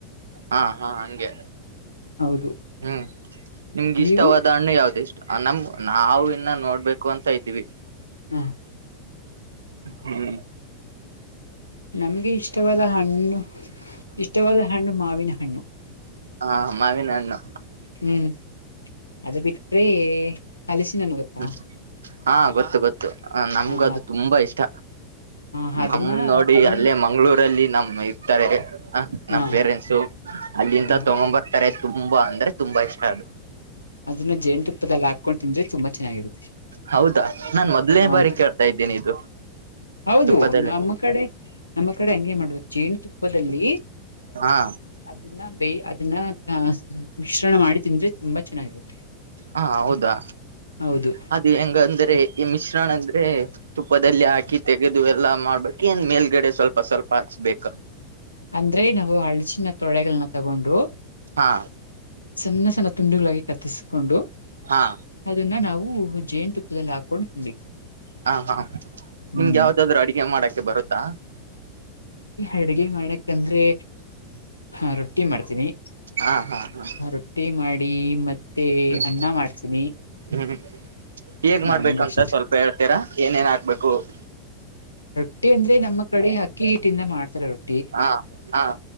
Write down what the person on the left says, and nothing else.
ಹೌದು
ನೀವು
ಹಾ
ನಮ್ಗೆ ಇಷ್ಟವಾದ ಹಣ್ಣು ಇಷ್ಟವಾದ ಹಣ್ಣು ಮಾವಿನ ಹಣ್ಣು
ಹ್ಮ್ ಅದ ಬಿಟ್ಟ್ರಿ ಹಲಸಿ ನನ್ ಗೊತ್ತಾ
ಹ ಹ
ಹ
ಅದನ್ನ
ಅದನ್ನ
ಹಾ
ಹ
ಅದನ್ನ ಜೇನ್ ತುಪ್ಪದಲ್ಲಿ ಹಾಕೊಂಡು ತಿಂದ್ರೆ ತುಂಬಾ ಚೆನ್ನಾಗಿರುತ್ತೆ
ಹೌದು
ಹೌದು
ನಮ್ಮ ಕಡೆ ನಮ್ಮ ಕಡೆ ಹಂಗಗೆ ಮಾಡುದು ಜೇನುತುಪ್ಪದಲ್ಲಿ
ಅದನ್ನ ಬೇ ಅದನ್ನ ಮಿಶ್ರಣ ಮಾಡಿ ತಿಂದ್ರೆ ತುಂಬಾ ಚೆನ್ನಾಗಿರುತ್ತೆ
ಹೌದು
ಅಂದ್ರೆ ನಾವು ಹಳ್ಚಿನ ತೊಳೆಗಳನ್ನ ತಗೊಂಡು
ಸಣ್ಣ ಸಣ್ಣ ತುಂಡುಗಳಾಗಿ ಕತ್ತಿಸಕೊಂಡು
ಅದನ್ನ ನಾವು ಹೂ, ಜೇನು ತುಪ್ಪದಲ್ಲಿ ಹಾಕೊಂಡು ತಿನ್ಬೇಕು? <inaudible>
ಹ್ಮ್
ಅಡ್ಗೆ, ಮಾಡಕ್ಂದ್ರೆ, ಹ, ರೊಟ್ಟಿ ಮಾಡ್ತೀನಿ.
<inaudible>
ರೊಟ್ಟಿ, ಮಾಡಿ ಮತ್ತೆ
ಅನ್ನ ಮಾಡ್ತೀನಿ! <inaudible>
ನಂಗ
ಅಷ್ಟ
ರೊಟ್ಟಿ, ಅಂದ್ರೆ, ನಮ್ಮ ಕಡೆ ಅಕ್ಕಿ ಹಿಟ್ಟಿಂದ ಮಾಡ್ತಾರೆ, ರೊಟ್ಟಿ. <inaudible>